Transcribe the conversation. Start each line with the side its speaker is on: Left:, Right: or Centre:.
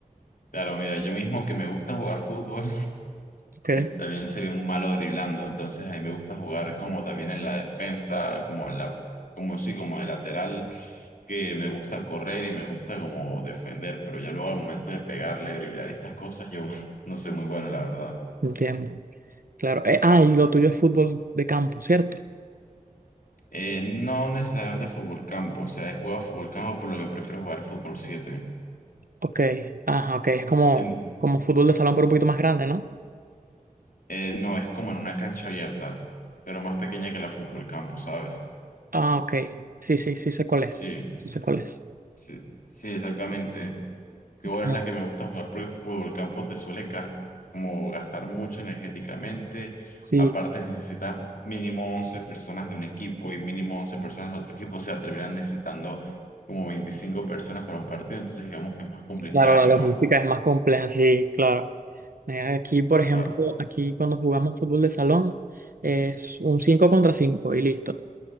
Left: Claro, mira, yo mismo que me gusta jugar fútbol.
Right: Ok,
Left: También soy un malo driblando, entonces a mí me gusta jugar como también en la defensa, como en la, como sí, como de lateral, que me gusta correr y me gusta como defender, pero ya luego al momento de pegarle, driblar y estas cosas, yo <laughs> no soy muy bueno, la verdad.
Right: entiendo. Claro. Eh, ah, y lo tuyo es fútbol de campo, ¿cierto?
Left: Eh, no necesariamente fútbol campo, o sea, he jugado fútbol campo, por lo que prefiero jugar fútbol siete
Right: Ok. Ajá, ok. Es como,
Left: En-
Right: como fútbol de salón, pero un poquito más grande, ¿no?
Left: eh, no, es como en una cancha abierta, pero más pequeña que la fútbol campo, ¿sabes?
Right: Ah, ok. Sí, sí, sí sé cuál
Left: Sí,
Right: es. Sí sé cuál es.
Left: sí, sí, exactamente. que bueno,
Right: Ah,
Left: es la que me gusta jugar porque el fútbol campo te suele ca- como gastar mucho energéticamente.
Right: Sí.
Left: Aparte necesitas mínimo 11 personas de un equipo y mínimo 11 personas de otro equipo. O sea, terminan necesitando como 25 personas para un partido. Entonces digamos que es más complicado,
Right: Claro, la logística
Left: ¿no?
Right: es más compleja, sí, claro. Eh, Aquí, por ejemplo,
Left: Claro,
Right: aquí cuando jugamos fútbol de salón es un 5 contra 5 y listo.